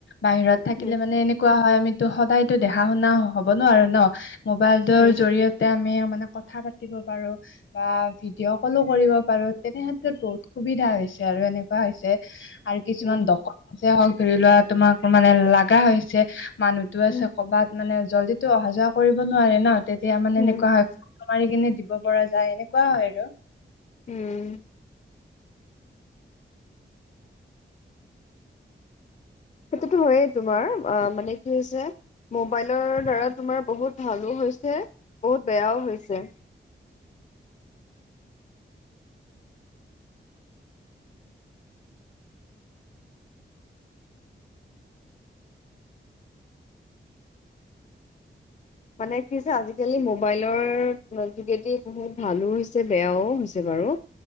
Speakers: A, on the left; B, on the left.
A: বাহিৰত থাকিলে
B: উম,
A: মানে এনে কোৱা হয়, আমিতো সদায়তো দেখা-শুনা হ'ব নোৱাৰো ন', মোবাইলটোৰ
B: উম,
A: জৰিয়তে তে আমি মানে কথা পাতিব পাৰো বা ভিডিঅ' কলো কৰিব পাৰোঁ, তেনেহেন বহুত সুবিধা হৈছে আৰু এনেকুৱা হৈছে, আৰু কিছুমান
B: উম,
A: দক <unintelligible> হ'ক ধৰি লোৱা তোমাক মানে লাগা হৈছে, মানুহতো আছে
B: উম,
A: ক'বাত মানে জল্দিটো অহা-যোৱা কৰিব নোৱাৰে ন, তেতিয়া মানে
B: উম।
A: এনেকুৱা হয় মাৰি কেনে দিব পৰা যায়, এনেকুৱা হয় আৰু।
B: উম। সেইটোতো হয়েই তোমাৰ। অ' মানে কি হৈছে মোবাইলৰ দ্বাৰা তোমাৰ বহুত ভালো হৈছে। বহুত বেয়াও হৈছে। মানে কি হৈছে, আজি-কালি মোবাইলৰ যোগেদি বহুত ভালো হৈছে, বেয়াও হৈছে বাৰু।